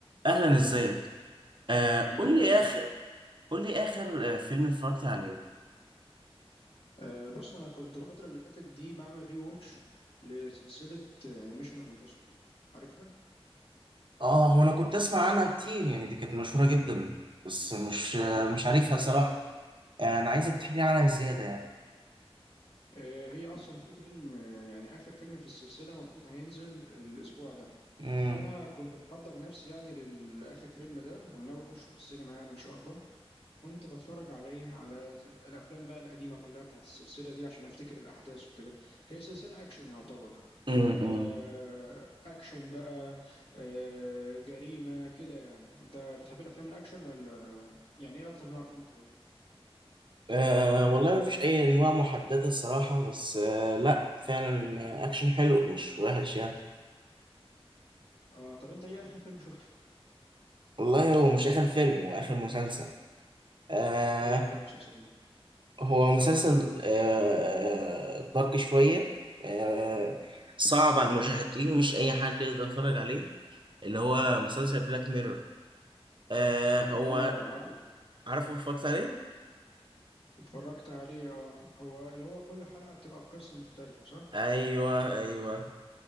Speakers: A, on the right (about 50°); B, on the left (about 60°).
A: اهلا ازيك آه
B: الحمد
A: قول
B: لله
A: لي
B: تمام
A: اخر قول لي اخر آه فيلم اتفرجت عليه
B: أه بص انا كنت الفتره اللي فاتت دي بعمل ري واتش لسلسله ميشن امبوسيبل عارفها
A: اه هو انا كنت اسمع عنها كتير يعني دي كانت مشهورة جدا بس مش آه،
B: اه
A: مش عارفها صراحة آه، انا عايزك تحكي لي عنها زيادة يعني
B: آه، هي اصلا في فيلم آه، يعني اخر فيلم في السلسله المفروض هينزل الاسبوع ده
A: امم
B: فانا كنت بحضر نفسي يعني للاخر فيلم ده انا ناوي اخش في السينما يعني ان شاء الله كنت بتفرج على ايه على الافلام بقى القديمه كلها بتاعت السلسله دي عشان افتكر الاحداث وكده هي سلسله اكشن يعتبر
A: امم
B: آه، اكشن بقى آه، جريمه كده يعني انت بتحب الافلام الاكشن ولا يعني ايه اكتر نوع افلام بتحبه
A: آه والله مفيش اي انواع محددة الصراحة بس آه لا فعلا آه، اكشن حلو مش وحش يعني
B: اه طب انت ايه اخر فيلم شفته
A: والله هو مش اخر فيلم هو اخر مسلسل آه
B: ايه كام مسلسل
A: هو مسلسل آه، دارك شوية آه، صعب على المشاهدين مش أي حد يقدر يتفرج عليه اللي هو مسلسل بلاك ميرور آه هو
B: اه عارف
A: عارفه اتفرجت عليه؟
B: اتفرجت عليه اه هو اللي هو كل حلقه بتبقى بقصه مختلفه صح
A: أيوه أيوه